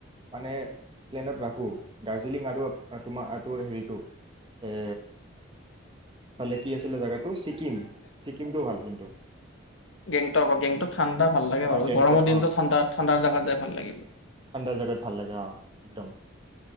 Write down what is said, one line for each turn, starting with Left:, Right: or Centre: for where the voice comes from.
Right: মানে প্লানট্ ৰাখোঁ দাৰ্জিলিং আৰ টোৰ হেৰিটো এ টালে কি আছে জেগাটো চি ছিকিকিম, ছিকিমটোও ভাল কিন্তু।
Left: গং। গেংটক ঠাণ্ড ভালাগে
Right: অঁ
Left: বাৰো
Right: গেংটক
Left: গৰম দিন
Right: অঁ
Left: ঠাণ্ডা ঠাণ্ডা জাগাত যাই ভাল লাগিব
Right: ঠাণ্ডা জোগাত ভাল লাগে অ একদম